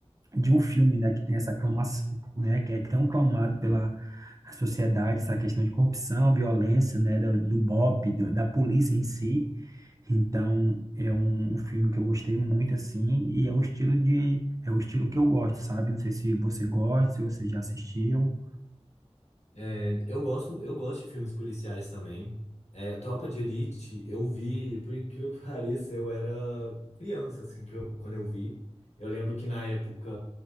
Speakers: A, on the right; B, on the left.
A: de um filme, né, que tem essa aclamação, né, que é tão clamado pela a sociedade, essa questão de corrupção, violência, né, do, do BOP, do- da polícia em si. Então, é um, um filme que eu gostei muito, assim, e é o estilo de, é o estilo que eu gosto, sabe? Não sei se você gosta, se você já assistiu.
B: É, eu gosto, eu gosto de filmes policiais também. É, Tropa de Elite, eu vi, por incrível que <laughs> pareça, eu era criança, assim, que eu- quando eu vi. Eu lembro que na época